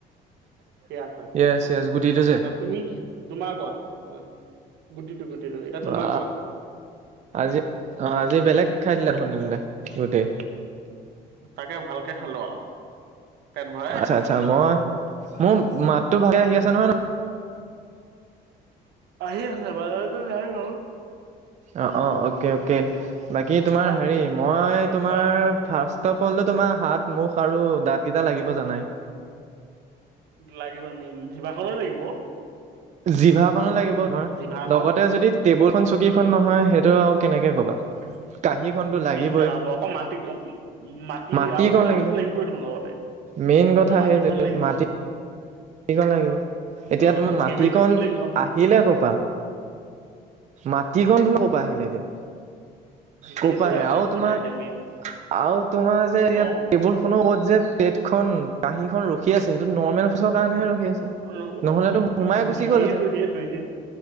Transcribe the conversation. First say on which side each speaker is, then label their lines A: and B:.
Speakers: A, on the right; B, on the right.
A: সেয়া চল
B: য়েছ য়েছ গুটিটো
A: এ,
B: যে
A: তুমি তোমাৰ কোৱা? অ'। গুটিটো গুটিটো এতিয়া
B: বা,
A: তোমাৰ কোৱা
B: আজি অ' আজি বেলেগ খাই দিলা দেখোন তেন্তে। গোটেই
A: তাকে ভালকে খালো আৰু পেট ভৰাই
B: আচ্ছা আচ্ছা, মই মোৰ মাতটো ভালকে আহি আছে নহয় ন'?
A: আহি আছে। বাজাৰতাই যায় লওঁ।
B: অ', অ' অকে অকে, বাকী তোমাৰ
A: কোৱা
B: হেৰি মই তোমাৰ
A: কোৱা
B: ফাৰ্ষ্ট তফলটো তোমাৰ হাত, মুখ আৰু দাঁতকেইটা লাগিব জানাই।
A: লাগিব মেইন, জিভাখনো লাগিব।
B: জিভাখনো লাগিব তোমাৰ,
A: জিভাখন
B: লগতে যদি টেবুলখন চকীখন
A: আহ
B: নহয় সেইটো কেনেকে ক'বা? কাঁহীখনতো লাগিবই
A: দিগদাৰ হ'ব আকৌ। মাটি মাটি
B: মাটিকণ
A: আৰু গিলাচটো
B: লাগিব
A: লাগিবই দেখোন লগতে।
B: মেইন কথা
A: অ মাটিকণ
B: সেইটো
A: লাগিব
B: মাটিত সেইখন লাগিব। এতিয়া
A: অ
B: তোমাৰ মাটিকন
A: গ্ৰেভিটিটো লাগিব
B: আহিলে ক'ৰপা? মাটিকন তোমাৰ ক'ৰপা আহিলে এতিয়া?
A: সেইটোয়ে
B: ক'পা
A: আচৰিত
B: আৰু তোমাৰ
A: কথা এতিয়া মেইন।
B: আৰু তোমাৰ যে ইয়াত
A: অ
B: টেবুলখনৰ ওপৰত যে পেটখন কাঁহীখন ৰখি আছে, সেইটো নৰ্মেল। ফচৰ
A: আ,
B: কাৰণেহে
A: ৰ,
B: ৰখি আছে।
A: আৰু
B: নহ'লেতো সোমাই গুচি গ'লহেঁতেন
A: সেইটো সেইটোৱেই।